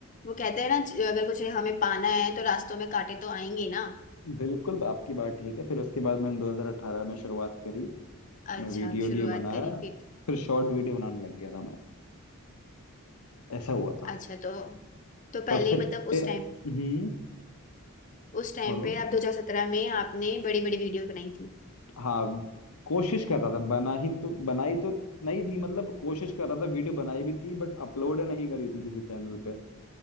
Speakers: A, on the left; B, on the left.
A: वो कहते हैं ना अगर कुछ हमें पाना है तो रास्तों में कांटे तो आएंगे ना
B: बिल्कुल आपकी बात ठीक है फिर उसके बाद मैंने 2018 में शुरुआत करी अपना
A: अच्छा
B: वीडियो
A: आप
B: वीडियो
A: शुरुआत
B: बनाया
A: करी फिर
B: फिर शॉर्ट वीडियो बनाने लग गया था मैं ऐसा हुआ था
A: अच्छा तो तो पहले
B: तब से
A: ही मतलब
B: ए,
A: उस
B: हम्म
A: टाइम उस टाइम
B: बोलो
A: पे आप 2017 में आपने बड़ी बड़ी वीडियो बनाई थी
B: हाँ कोशिश कर रहा था बना ही तो बनाई तो नहीं थी मतलब कोशिश कर रहा था वीडियो बनाई भी थी बट अपलोड नहीं करी थी किसी चैनल पे